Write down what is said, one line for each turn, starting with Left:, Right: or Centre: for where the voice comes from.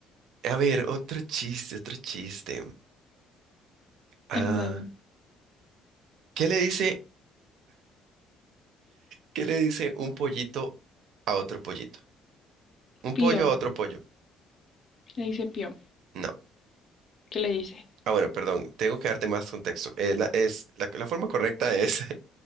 Right: A ver, otro chiste, otro chiste. Ah,
Left: En dado.
Right: ¿Qué le dice, qué le dice un pollito a otro pollito? Un
Left: Pío.
Right: pollo a otro pollo.
Left: Le dice Pío.
Right: No.
Left: ¿Qué le dice?
Right: Ah, bueno, perdón, tengo que darte más contexto. Eh, la, es, la, la forma correcta es,